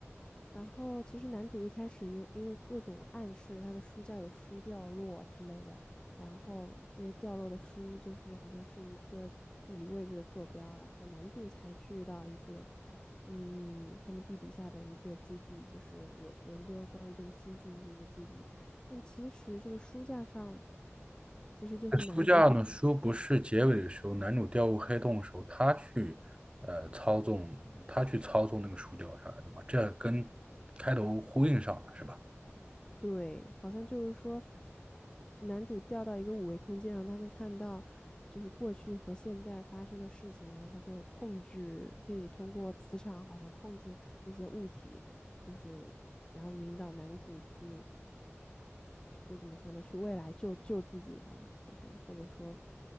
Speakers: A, on the left; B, on the right.
A: 然后其实男主一开始因因为各种暗示，他的书架有书掉落之类的，然后这些掉落的书就是好像是一个地理位置的坐标，然后男主才去到一个，嗯，他们地底下的一个基地，就是研研究关于这个星际移民的基地，但其实这个书架上其实就是男主
B: 书架呢？书不是结尾的时候，男主掉入黑洞的时候，他去呃操纵，他去操纵那个书掉下来的嘛，这跟开头呼应上了是吧？
A: 对，好像就是说，男主掉到一个五维空间，然后他能看到就是过去和现在发生的事情，然后他就控制，可以通过磁场好像控制那些物体，就是然后引导男主去，就怎么说呢，去未来救救自己吧，就是或者说，